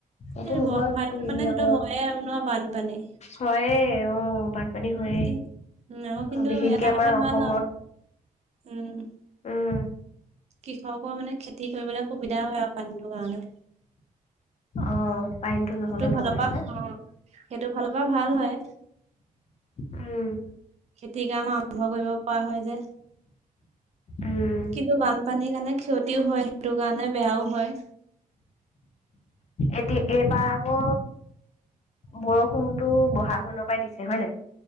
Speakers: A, on the right; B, on the left.
A: সেই
B: এইটো সময়ত
A: বৰ্ষা ঋতুত
B: হেৰি
A: মানে সেইটো
B: আকৌ
A: হয় আৰু ন বানপানী।
B: হয়ে উম, বানপানী
A: উম,
B: হয়ে
A: কিন্তু উম, আকৌ কিন্তু
B: অ' বিশেষকে
A: এটা
B: আমাৰ
A: কথা
B: অসমত।
A: ভাল আৰু উম,
B: উম,
A: কৃষকৰ মানে খেতি কৰিবলৈ সুবিধা হয় আৰু পানীটোৰ কাৰণে।
B: অ, পানীটো নহলে
A: সেইটো
B: নহয়
A: ফালৰ পৰা
B: যে।
A: অ সেইটো ফালৰ পৰা ভাল হয়।
B: উম,
A: খেতি কাম। আৰম্ভ কৰিব পৰা হয় যে
B: উম,
A: কিন্তু বানপানীৰ কাৰণে ক্ষতিও হয়। সেইটো কাৰণে বেয়াও হয়।
B: এতিয়া এইবা আকৌ। বৰষুণতো বহা'গ মানৰ পৰাই দিছে হয় নে নাই।